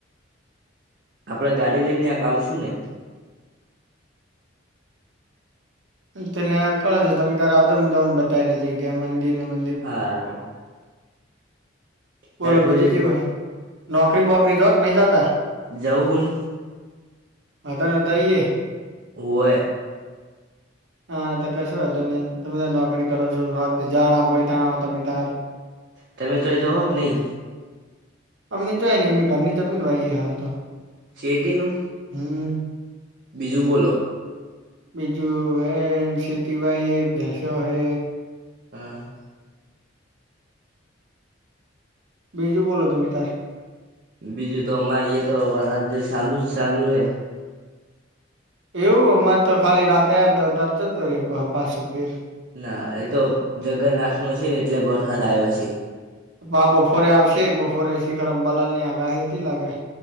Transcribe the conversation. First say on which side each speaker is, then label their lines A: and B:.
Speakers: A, on the right; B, on the right.
A: આપડે ગાડી લઈને ન્યા આવશું ને?
B: તેને નેકળો છો તમે તારે આવજો મુદાને બતાવી જગ્યા મંદિર ને માઈ.
A: હારૂ.
B: બોલો
A: યાર થોડી
B: બીજી એવું હે? નોકરી બોકરી જાઓ કે નહી જતા?
A: જવું હું
B: અત્યાર નહીં તો ઈએ
A: હોવે.
B: હા તો કશું વાંધો નહી. તમે નોકરી કરો છો જાણા બોય તાણા હો તમે તાર.
A: તમે ત્યાં જોહો કે નહી?
B: અમે ક્યાંય નહીં અમ ઘરની જમીન વાઈએ હાલ તો.
A: સેતીનું?
B: હમ
A: બીજું બોલો.
B: બીજું એન ખેતી વાઈએ, ભસો હે.
A: હા
B: બીજું બોલો તમે તાર.
A: બીજું તો અમારી એ તો વરર્હત ચાલુ જ ચાલુ હે.
B: એવું અમારે તો ખાલી રાતે તો જતો ર પાછું ફેર.
A: ના એતો જગર નાખનું હશે ને એટલે વરસાદ આવ્યો હશે.
B: આ બપોરે આવશે બપોરે શિખર અંબાલાલની આગાહી હતી લાગે.